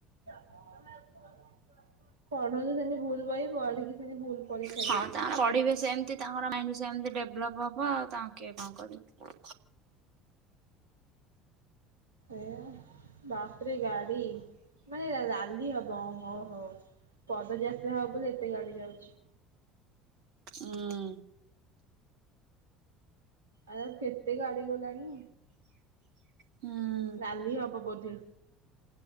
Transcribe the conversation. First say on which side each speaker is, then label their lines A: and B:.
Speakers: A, on the right; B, on the right.
A: <inaudible> ପଢନ୍ତୁ ସେମି ଭୁଲ ବହି ପଢିକି ସେମିତି ଭୁଲ ପରୀକ୍ଷା
B: ହଁ
A: ଦିଅନ୍ତୁ।
B: ତାଙ୍କ ପଢିବେ ସେମତି ତାଙ୍କର ମାଇଣ୍ଡ ସେମତି ଡେଭଲପ ହବ ଆଉ ତାଙ୍କୁ କିଏ କଣ କରିବ।
A: ଏୟା ବାପରେ ଗାଡି! ମାନେ ରାଲି ହବ ହ ହଉ, ପଦଯାତ୍ରା ହବ ବୋଲି ଏତେ ଗାଡି ଯାଉଛି।
B: ହୁଁ।
A: ଆ କେତେ ଗାଡି ଗଲାଣି
B: ହୁଁ
A: ରାଲି ହବ ବୋଧେ?